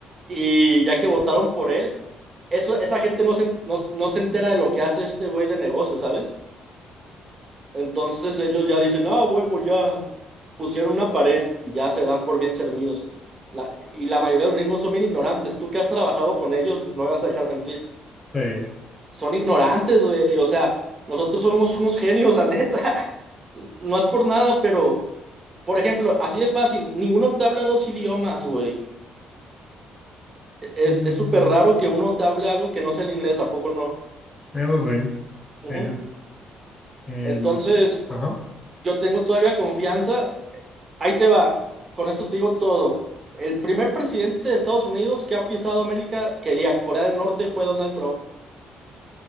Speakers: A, on the right; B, on the left.
A: y ya que votaron por él, eso, esa gente no se, en- no, no se entera de lo que hace este güey de negocio, ¿sabes? Entonces ellos ya dicen, ah, huevo, ya pusieron una pared y ya se dan por bien servidos. La- y la mayoría de los gringos son bien ignorantes. Tú que has trabajado con ellos, no me vas a dejar mentir
B: Sí.
A: son ignorantes, güey. O sea, nosotros somos unos genios, la neta. <laughs> No es por nada, pero, por ejemplo, así de fácil, ninguno te habla dos idiomas, güey. Es,
B: Mm,
A: es súper raro que uno te hable algo que no sea el inglés, ¿a poco no?
B: Eso sí.
A: Ujú.
B: Ahí sí, eh,
A: Entonces,
B: la- ajá.
A: yo tengo todavía confianza. Ahí te va. Con esto te digo todo. El primer presidente de Estados Unidos que ha pisado América, que ya Corea del Norte, fue Donald Trump.